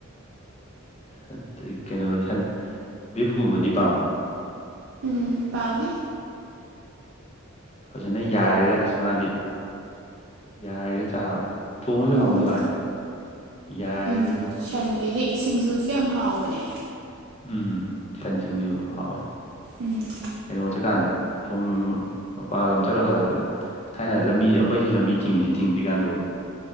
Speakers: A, on the left; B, on the right.
A: ꯑꯗꯒꯤ ꯀꯩꯅꯣ ꯁꯟ ꯕꯤꯐꯀꯨꯝꯕꯗꯤ ꯄꯥꯝꯕ꯭ꯔꯣ
B: ꯎꯝ ꯄꯥꯝꯃꯤ
A: ꯐꯖꯅ ꯌꯥꯏꯔꯒ ꯑꯁ ꯃꯥꯗꯤ ꯌꯥꯏꯔꯒ ꯆꯥꯕ ꯊꯣꯡꯉꯖꯨ
B: ꯎꯝ
A: ꯍꯥꯎꯕꯨꯗꯤ ꯍꯥꯎꯋꯦ ꯑꯗꯣ ꯌꯥꯏꯔ
B: ꯎꯝ ꯁꯟꯒꯤꯗꯤ ꯁꯤꯡꯖꯨꯁꯨ ꯌꯥꯝ ꯍꯥꯎꯕꯅꯦ
A: ꯎꯝ ꯁꯟ ꯁꯤꯡꯖꯨ ꯍꯥꯎꯋꯦ
B: ꯎꯝ
A: ꯀꯩꯅꯣ ꯆꯠꯀꯥꯟꯗ ꯁꯣꯝ ꯃꯄꯥꯜꯂꯣꯝ ꯆꯠꯂꯨ ꯍꯜꯂꯛꯄꯗ ꯊꯥꯏꯅ ꯂꯝꯕꯤ ꯑꯩꯈꯣꯏꯁꯤ ꯂꯝꯕꯤ ꯊꯤꯡꯉꯤꯁꯤ ꯊꯤꯡꯗ꯭ꯔꯤꯀꯥꯟꯗꯀꯣ